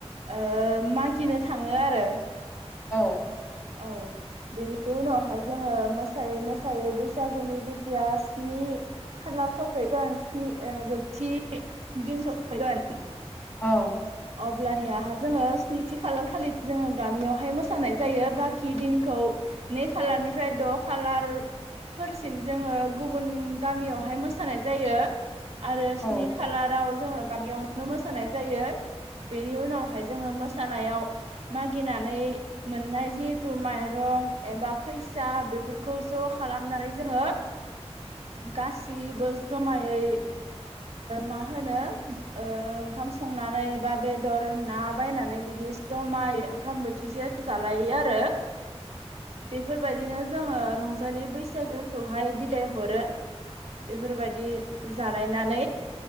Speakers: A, on the right; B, on the left.
A: ओ मागिनो थाङो आरो।
B: औ
A: औ बेनि उनावहाय जोङो मोसायै मोसायै बैसागुनि जेथिया स्नि खालार सफैगोन स्नि जोबथि दिन सफैगोन
B: औ
A: अब्लानियाहा जोङो स्निथि खालार खालि जोङो गामियावहाय मोसानाय जायो बाखि दिनखौ नै खालारनिफ्राय द' खालार फोरसिम जोङो गुबुन गामियावहाय मोसानाय जायो। आरो स्नि
B: औ
A: खालाराव जोङो गामियावनो मोसानाय जायो। बेनि उनावहाय जोङो मोसा मोसानायाव मागिनानै मोननाय जिहेतु माइरं एबा फैसा बेफोरखौ ज' खालामनानै जोङो गासिबो जमायै मा होनो ओंखाम संनानै बा बेदर ना बायनानै बिदि जमायै ओंखाम बोथिसे जालायो आरो बेफोरबायदिनो जोङो रंजालि बैसागुखौहाय बिदाय हरो। बेफोरबायदि जालायनानै